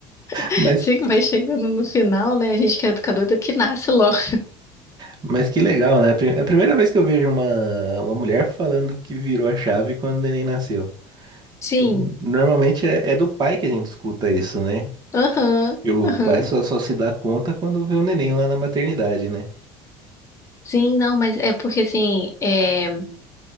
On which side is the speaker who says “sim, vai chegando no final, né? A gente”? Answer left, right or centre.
Left